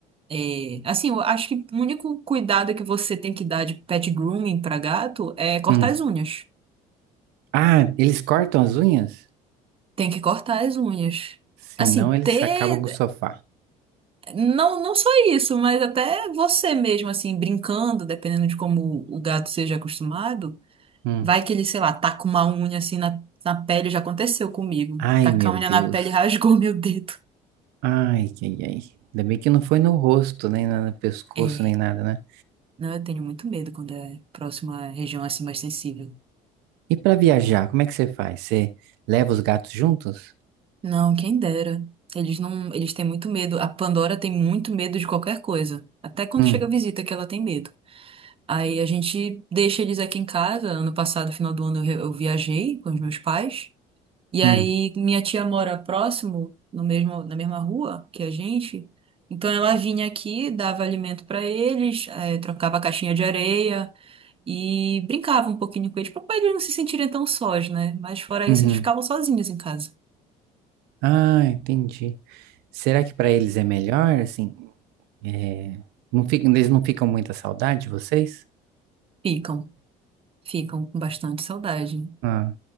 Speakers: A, on the right; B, on the right.
A: é, assim, eu acho que o único cuidado que você tem que dar de pet grooming pra gato é cortar
B: Hum.
A: as unhas.
B: Ah, eles cortam as unhas?
A: Tem que cortar as unhas.
B: Senão
A: Assim,
B: eles
A: ter.
B: acabam com o sofá.
A: Não, não só isso, mas até você mesmo, assim, brincando, dependendo de como o gato seja acostumado,
B: Hum.
A: vai que ele, sei lá, taca uma unha assim na, na pele, já aconteceu comigo.
B: Ai,
A: Tacar
B: meu
A: a unha
B: Deus.
A: na pele e rasgou <laughs> meu dedo.
B: Ai, ai, ai. Ainda bem que não foi no rosto, nem na- no pescoço,
A: É.
B: nem nada, né?
A: Não, eu tenho muito medo quando é próxima região assim mais sensível.
B: E pra viajar, como é que você faz? Você leva os gatos juntos?
A: Não, quem dera. Eles não, eles têm muito medo. A Pandora tem muito medo de qualquer coisa. Até quando
B: Hum,
A: chega a visita que ela tem medo. Aí a gente deixa eles aqui em casa. Ano passado, final do ano, eu re- eu viajei com os meus pais. E
B: hum,
A: aí minha tia mora próximo, no mesmo, na mesma rua que a gente. Então ela vinha aqui, dava alimento para eles, eh, trocava a caixinha de areia e brincava um pouquinho com eles, para eles não se sentirem tão sós, né? Mas fora
B: uhum.
A: isso, eles ficavam sozinhos em casa.
B: Ah, entendi. Será que pra eles é melhor, assim? É... Não fica... Eles não ficam muita saudade de vocês?
A: Ficam, ficam com bastante saudade.
B: Ah,